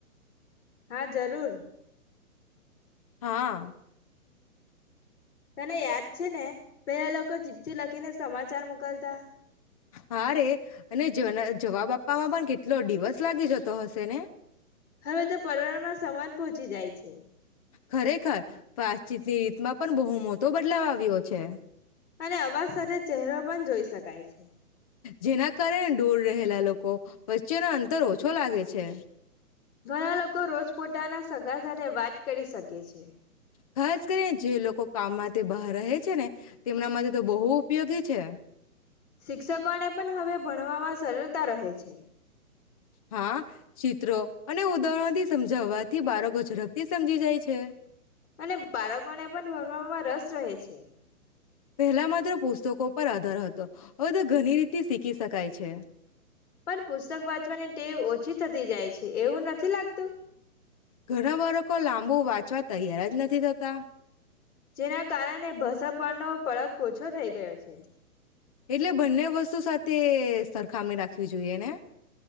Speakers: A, on the left (about 50°); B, on the left (about 25°).
A: હા જરૂર.
B: હા.
A: તને યાદ છે ને. પેલા લોકો <unintelligible> લ. કીને સમાચાર મોકલતા.
B: હા રે અને જ જવાબ આપવામાં પણ કેટલો દિવસ લાગી જતો હશે ને.
A: હવે તો પરવારમાં સમાન પહોંચી જાય છે.
B: ખરેખર વાતચીતની રીતમાં પણ બહુ મોટો બદલાવ આવ્યો છે
A: અને અવાજ સાથે ચહેરો પણ જોઈ શકાય છે
B: જેના કારણે ડોર રહેલા લોકો. વચ્ચેનો અંતર ઓછો લાગે છે
A: ઘણા લોકો રોજપોતાના સ સાથે વાત કરી શકીએ છીએ.
B: ખાસ કરી જે લોકો કામમાં તે બહાર રહે છે ને. તેમના માટે તો બહુ ઉપયોગી છે.
A: શિક્ષકોને પણ હવે ભણવામાં સરળતા રહે છે.
B: હા ચીત્રો અને ઉદાહરણથી સમજાવવાથી બાળકો ઝડપથી સમજી જાય છે
A: અને બાળકોને પણ ભરવામાં રસ રહે છે.
B: પેલા માત્ર પુસ્તકો પર આધારત તો હ તો ઘણી રીતે તિ શીખી શકાય છે.
A: પણ પુસ્તક વાંચવાની ટેવ ઓછી થતી જાય છે એવું નથી લાગતું.
B: ઘણા બાળકો લાંબુ વાંચવા તૈયાર જ નથી થતા.
A: જેના કારણે ભસપનો પડક ઓછો થઈ ગયો છે.
B: એટલે બંને વસ્તુ સાથે તે સરખામી રાખવી જોઈએ ને